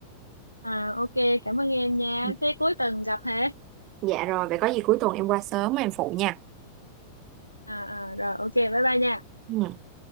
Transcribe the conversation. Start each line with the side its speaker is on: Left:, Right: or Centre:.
Left: à ok cảm ơn em nha
Right: Ừ.
Left: thế cuối tuần gặp hả
Right: dạ rồi vậy có gì cuối tuần em qua sớm em phụ nha
Left: à, à rồi ok bye bye nha
Right: Ừ.